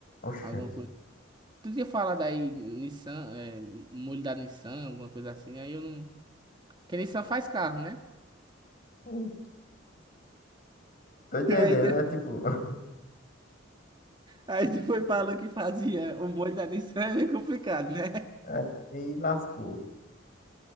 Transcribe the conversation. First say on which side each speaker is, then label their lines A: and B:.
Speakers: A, on the left; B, on the right.
A: Oxente.
B: alguma coisa. Tu tinha falado aí, Nissan, é, molho da Nissan, alguma coisa assim, aí eu não. Porque Nissan faz carro, né?
A: Hum, Tô entendendo,
B: <laughs> Aí tu,
A: né? Tipo, <laughs>
B: aí tu foi falando que fazia o molho da Nissan, é complicado, né?
A: é, e lascou.